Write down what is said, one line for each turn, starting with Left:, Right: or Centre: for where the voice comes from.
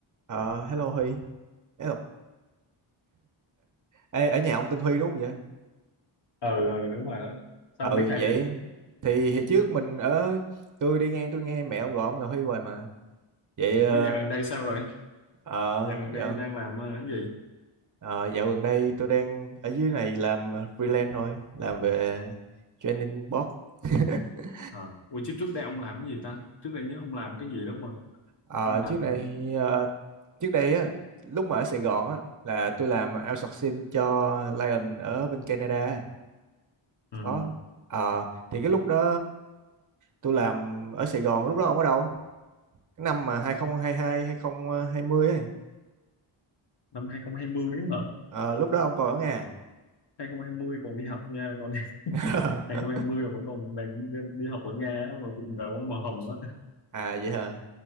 Right: Ờ, hello Huy. Hello. Ê, ở nhà ông tên Huy đúng không vậy?
Left: ờ ừ đúng rồi đó sao
Right: Ừ,
Left: không biết hay
Right: vậy
Left: vậy
Right: thì hồi trước mình ở tôi đi nghe tôi nghe mẹ ông gọi ông là Huy hoài mà. Vậy ờ
Left: ủa dạo gần đây sao rồi
Right: ờ,
Left: dạo gần
Right: dạo
Left: đây đang làm ờ, cái gì
Right: ờ, dạo gần đây tôi đang ở dưới này làm freelance thôi, làm về training board. <laughs>
Left: Ờ, ủa chứ trước đây ông làm cái gì ta trước đây nhớ ông làm cái gì đó mà
Right: Ờ,
Left: ông làm
Right: trước này ờ, trước đây á lúc mà ở Sài Gòn á là tôi làm outsourcing cho Lion ở bên Canada.
Left: ừ,
Right: đó Ờ, thì cái lúc đó tôi làm ở Sài Gòn lúc đó ông ở đâu cái năm mà hai không hai hai hai không hai không ấy
Left: năm 2020 ấy hả
Right: Ờ, lúc đó ông còn ở Nga
Left: 2020 còn đi học nha còn <laughs>
Right: <laughs>
Left: 2020 là vẫn còn đang đi đi học ở Nga á, mà cuộc đời vẫn màu hồng á
Right: à vậy hả